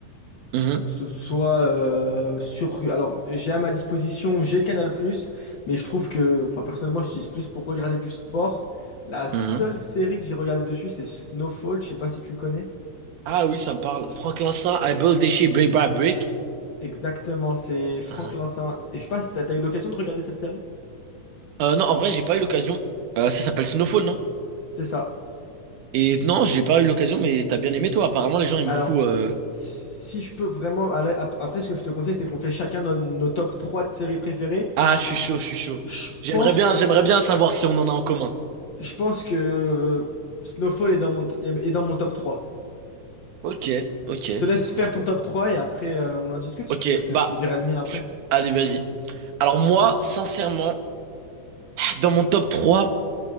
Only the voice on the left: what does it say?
que ce soit euh, sur... Alors, j'ai à ma disposition, j'ai Canal+, mais je trouve que, enfin, personnellement, j'utilise plus pour regarder du sport. La seule
série que j'ai regardée dessus, c'est Snowfall, je sais pas si tu connais.
Exactement, c'est Franck
Lincin. Et je sais pas si t'as, t'as eu l'occasion de regarder cette série?
C'est ça.
Alors,
si je peux vraiment aller... ap- Après, ce que je te conseille, c'est qu'on fait chacun nos, nos top 3 de séries préférées.
Je
pense,
je pense que Snowfall est dans mon, t- est dans mon top 3.
Je te laisse faire
ton top 3 et après euh, on en discute
si tu veux. Je te,
je te dirai le mien après.